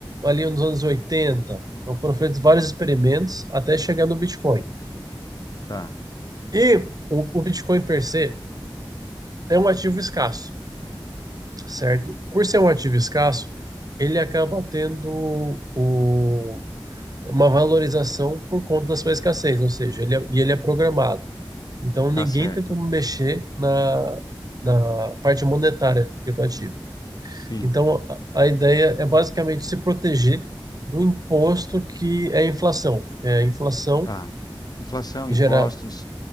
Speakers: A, on the right (about 45°); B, on the left (about 45°).
A: ali nos anos oitenta Então foram feitos vários experimentos até chegar no Bitcoin.
B: tá,
A: E o, o Bitcoin per se é um ativo escasso, certo? Por ser um ativo escasso, ele acaba tendo o- uma valorização por conta da sua escassez, ou seja, ele é, e ele é programado. Então ninguém
B: tá certo.
A: tem como mexer na, na parte monetária do criptoativo.
B: Sim,
A: Então, a a ideia é basicamente se proteger do imposto que é a inflação, porque a inflação
B: tá. Inflação,
A: gera,
B: impostos,